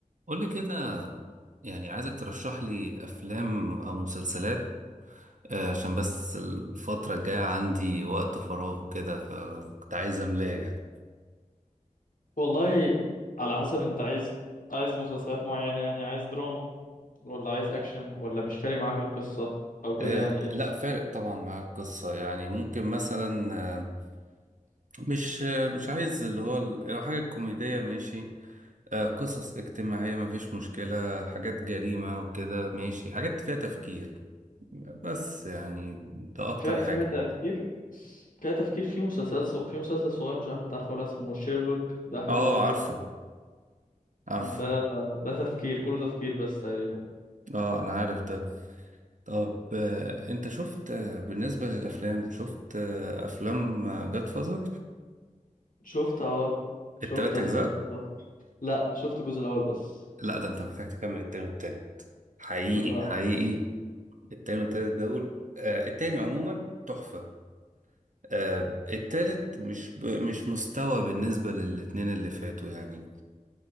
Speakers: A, on the right (about 65°); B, on the left (about 70°).
A: قول لي كده يعني عايزك ترشح لي افلام او مسلسلات آه، عشان بس الفترة الجاية عندي وقت فراغ وكده فكنت عايز املاه يعني
B: والله على حسب انت عايز عايز مسلسلات معينة يعني عايز دراما ولا عايز اكشن ولا مش فارق معاك القصة او كده
A: آه،
B: يعني
A: لا فارق طبعا مع القصة يعني ممكن مثلا آه، مش آه، مش عايز اللي هو ال- لو حاجة كوميدية ماشي آه، قصص اجتماعية مفيش مشكلة حاجات جريمة وكده ماشي حاجات فيها تفكير بس يعني ده اكتر
B: فيها
A: حاجة
B: فيها تفكير فيها تفكير في مسلسلات صغ... في مسلسل صغير مش عارف انت عارفه ولا اسمه شيرلوك ده حلو
A: اه
B: برضو
A: عارفه عارفه
B: ده ده تفكير كله تفكير بس تقريبا
A: اه انا عارف ده طب آه، انت شفت آه، بالنسبة للأفلام شفت آه، أفلام جاد فازر
B: شفت اه شفت
A: التلات
B: افلام
A: أجزاء؟
B: كتير. لا شفت الجزء الاول بس
A: لا ده انت محتاج تكمل التاني والتالت حقيقي
B: لا
A: حقيقي التاني والتالت دول آه، التاني عموما تحفة آه، التالت مش ب... مش مستوى بالنسبة للاتنين اللي فاتوا يعني